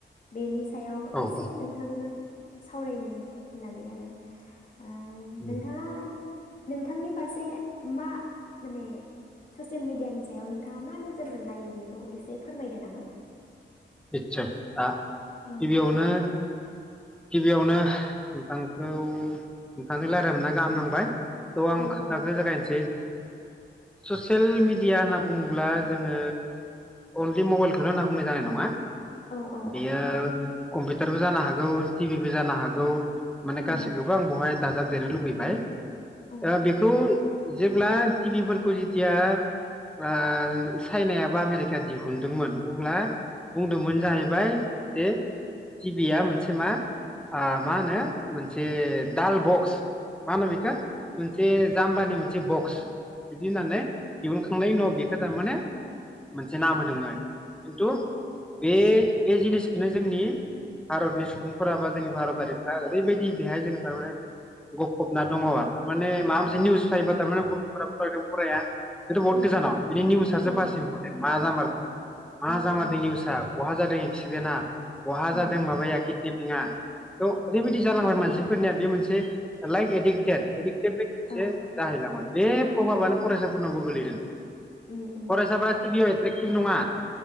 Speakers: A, on the left; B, in the centre.
A: बेनि सायाव
B: औ
A: एसे
B: औ
A: नोंथांजों सावरायनो होननानै आरो ओ
B: उम
A: नोंथाङा नोंथांनि फारसे मा माने ससियेल मिडियानि सायाव नोंथाङा मा नोजोरजों नायो बेखौ एसे फोरमायदो नामा
B: आचसा दा
A: औ
B: गिबियावनो। गिबियावनो नोंथांखौ नोंथांजों रायलायनो मोनना गाहाम नांबाय। आं
A: औ
B: खोन्थाखौ
A: औ
B: जागायनोसै ससियेल मिडिया। इदिया होनना बुङोब्ला जोङो अनलि मबाइलखौनो होनना बुंनाय जानाय नङा।
A: औ औ
B: बियो
A: औ
B: कम्पिउटारबो जानो हागौ टिभिबो जानो हागौ। माने गासिखौबो
A: औ
B: आं बहाय दाजाब जेनेलुबैबाय
A: अ
B: ओ बेखौ जेब्ला टिभिफोरखौ जथिया ओ चाइनाय बा आमेरिका दिहुनदोंमोन अब्ला बुंदोंमोन जाहै बाय बे टिभिया मोनसे मा आ मा होनो मोनसे दाल बक्स मा होनो बेखौ मोनसे जाम्बानि मोनसे बक्स बिदि होननानै दिहुनखांनायनि बेखोथा माने मोनसे नाम होदोंमोन खिन्थु
A: औ
B: बे बे जिनिसखौनो जोंनि भारतनि सुबुंफोरा बा जोंनि भारतारिफ्रा ओरैबायदि बेहाय जों थारमाने गफबना दङ थारमाने माबा मोनसे निउस फायोबा थारमाने गथफोरा फरायदों फराया बेथ' बहुत
A: उम
B: गोजानाव बे निउसो
A: औ
B: बास इमपर मा जामार मा
A: औ
B: जामारदों
A: औ
B: नुयस। <unintelligible> बहा जादों एक्सिदेन्टा बहा
A: औ
B: जादों माबायाखि <unintelligible> थ ओरैबायदि
A: उम
B: जालांबाय मानसि फोरनिया बे मोनसे लाइक एडिक्टेड। एदिक्टे बेसे
A: औ
B: जाहैलाङा बे प्रभाबानो फरायसाफोरनावबो गोलैदों
A: उम उम
B: फरायसाफोरा
A: उम
B: पिदिअ एक्टिभ नङा।